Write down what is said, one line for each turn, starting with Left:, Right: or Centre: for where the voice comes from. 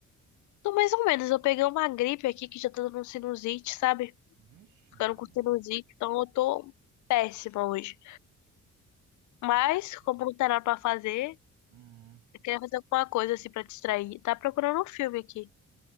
Left: Tô mais ou menos, eu peguei uma gripe aqui que já tá dando sinusite, sabe?
Right: Vixe,
Left: Ficando
Right: Maria.
Left: com sinusite, então eu tô péssima hoje. Mas,
Right: Caramba.
Left: como não tem nada pra fazer,
Right: Hum,
Left: eu queria fazer alguma coisa assim pra distrair. Tá procurando um filme aqui.